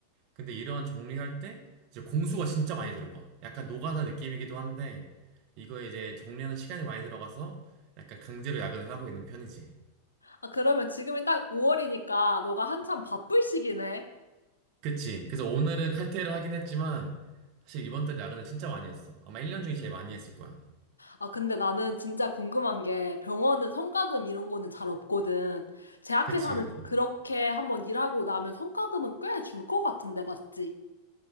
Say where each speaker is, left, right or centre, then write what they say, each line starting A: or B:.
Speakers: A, on the right; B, on the left.
A: 근데 이러한 정리할 때 이제 공수가 진짜 많이 들어가. 약간 노가다 느낌이기도 한데 이거 이제 정리하는 시간이 많이 들어가서 약간 강제로 야근을 하고 있는 편이지.
B: 아, 그러면 지금이 딱 5월이니까 너가 한참 바쁠 시기네.
A: 그치. 그래서 오늘은 칼퇴를 하긴 했지만 사실 이번 달 야근을 진짜 많이 했어. 아마 1년 중에 제일 많이 했을 거야.
B: 아, 근데 나는 진짜 궁금한 게 병원은 성과금 이런 거는 잘 없거든. 제약회사는
A: 그치, 그치.
B: 그렇게 한번 일하고 나면 성과금은 꽤 줄 것 같은데, 맞지?